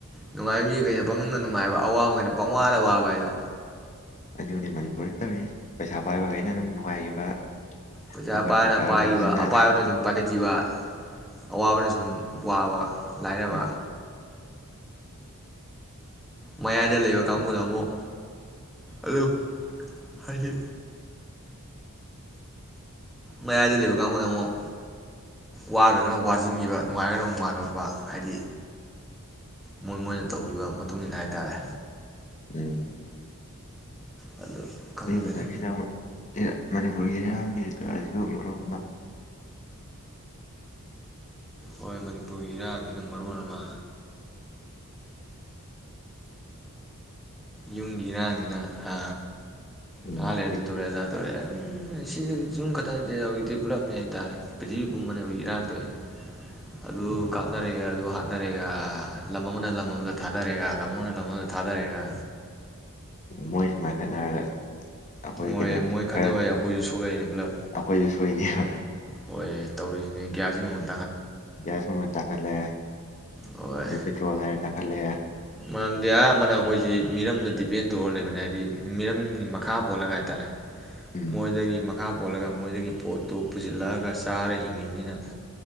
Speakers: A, in the centre; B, on the left.
A: ꯅꯨꯡꯉꯥꯏꯕ ꯃꯤꯈꯩꯅ ꯄꯪꯅꯨꯡꯗ ꯅꯨꯡꯉꯥꯏꯕ ꯑꯋꯥꯕꯈꯩꯅ ꯄꯪꯋꯥꯗ ꯋꯥꯕ ꯍꯥꯏꯗꯣ
B: ꯑꯗꯨꯅꯤ ꯃꯅꯤꯄꯨꯔꯗ ꯇꯧꯔꯤꯁꯤ ꯄꯩꯁꯥ ꯄꯥꯏꯕ ꯃꯩꯅ ꯑꯗꯨꯝ ꯅꯨꯡꯉꯥꯏꯈꯤꯕ
A: ꯄꯩꯆꯥꯥꯄꯥꯅ
B: ꯑꯩꯈꯣꯏ ꯈꯔ ꯄꯥꯏꯍꯧꯗꯕꯁꯤꯅ
A: ꯄꯥꯏꯒꯤꯕ ꯑꯄꯥꯥꯏꯕꯅ ꯁꯨꯝ ꯄꯥꯏꯈꯠꯈꯤꯕ ꯑꯋꯥꯕꯅ ꯁꯨꯝ ꯋꯥꯕ ꯂꯥꯏꯔꯕ
B: ꯎꯝ
A: ꯃꯌꯥꯏꯗ ꯂꯩꯕ ꯀꯥꯡꯕꯨꯅ ꯑꯃꯨꯛ ꯑꯗꯨꯝ ꯍꯥꯏꯗꯤ ꯃꯌꯥꯏꯗ ꯂꯩꯕ ꯀꯥꯡꯕꯨꯅ ꯑꯃꯨꯛ ꯋꯥꯈ꯭ꯔꯒꯅ ꯋꯥꯁꯤꯟꯈꯤꯕ ꯅꯨꯡꯉꯥꯏꯈ꯭ꯔꯒꯅ ꯑꯃꯨꯛ ꯅꯨꯡꯉꯥꯏꯈꯠꯂꯛꯄ ꯍꯥꯏꯗꯤ ꯃꯣꯏ ꯃꯣꯏꯅ ꯇꯧꯔꯤꯕ ꯃꯇꯨꯡ ꯏꯟꯅ ꯍꯥꯏꯇꯥꯔꯦ
B: ꯎꯝ
A: ꯑꯗꯨ ꯈꯪꯗꯦꯗ
B: ꯑꯗꯨꯏ ꯃꯊꯥꯀꯁꯤꯗ ꯑꯃꯨꯛ ꯃꯅꯤꯄꯨꯔꯒꯤ ꯏꯔꯥꯡꯗꯤ <unintelligible> ꯃꯔꯣ ꯑꯃ
A: ꯍꯣꯏ ꯃꯅꯤꯄꯨꯔꯒꯤ ꯏꯔꯥꯡꯁꯤꯅ ꯃꯔꯣꯟ ꯑꯃ ꯌꯨꯝꯒꯤ ꯏꯔꯥꯡꯁꯤꯅ ꯑ
B: ꯎꯝ
A: ꯉꯥꯏꯍꯛ ꯂꯩꯔ ꯑꯗꯨ ꯇꯧꯔꯦ ꯑꯗꯥ ꯇꯧꯔꯦ ꯎꯝ ꯁꯤꯁꯤ ꯌꯨꯝ ꯈꯛꯇ ꯅꯥꯇꯦꯗ ꯍꯧꯖꯤꯛꯇꯤ ꯄꯨꯜꯂꯞꯅꯦ ꯍꯥꯏꯇꯥꯔꯦ ꯄ꯭ꯔꯤꯊꯤꯕꯤ ꯄꯨꯝꯕꯅꯦ ꯍꯧꯖꯤꯛ ꯏꯔꯥꯡ ꯇꯧ ꯑꯗꯨ ꯀꯥꯞꯅꯔꯦꯒ ꯑꯗꯨ ꯍꯥꯠꯅꯔꯦꯒ ꯂꯝ ꯑꯃꯅ ꯂꯝ ꯑꯃꯗ ꯊꯥꯗꯔꯦꯒ ꯂꯝ ꯑꯃꯧꯅ ꯂꯝꯍꯧꯗ ꯊꯥꯗꯔꯦꯒ
B: ꯃꯣꯏ ꯁꯨꯃꯥꯏꯅ ꯈꯠꯅꯔꯒ ꯑꯩꯈꯣꯏ
A: ꯃꯣꯏ
B: ꯀꯩꯅꯣ
A: ꯃꯣꯏ ꯈꯠꯅꯕ
B: ꯈꯔ
A: ꯑꯩꯈꯣꯏꯁꯨ ꯁꯣꯛꯂꯛꯏꯅꯦ ꯄꯨꯂꯞ
B: ꯑꯩꯈꯣꯏꯁꯨ ꯁꯣꯏꯅꯦꯕ
A: ꯍꯣꯏ ꯇꯧꯔꯤꯁꯤꯅꯤ ꯒ꯭ꯌꯥꯁꯀꯤ ꯃꯃꯟ
B: ꯒꯤꯌꯁ ꯃꯃꯥꯟ ꯇꯥꯪꯈꯠꯂꯦ
A: ꯍꯣꯏ
B: ꯄꯦꯇ꯭ꯔꯣꯜ ꯍꯥꯏꯔꯦ ꯇꯥꯪꯈꯠꯂꯦ
A: ꯃꯔꯝꯗꯤ ꯑꯌꯥꯝꯕꯅ ꯑꯩꯈꯣꯏꯁꯤ ꯃꯤꯔꯝꯗ ꯗꯤꯄꯦꯟ ꯇꯧꯔ ꯂꯩꯕꯅꯤ ꯍꯥꯏꯗꯤ ꯃꯤꯔꯝꯒꯤ ꯃꯈꯥ ꯄꯣꯜꯂꯒ ꯍꯥꯏꯇꯥꯔꯦ
B: ꯎꯝ
A: ꯃꯣꯏꯗꯒꯤ ꯃꯤꯈꯥ ꯄꯣꯜꯂꯒ ꯃꯣꯏꯗꯒꯤ ꯄꯣꯠꯇꯨ ꯄꯨꯁꯤꯜꯂꯛꯑꯒ ꯆꯥꯔ ꯍꯤꯡꯉꯤꯕꯅꯤꯅ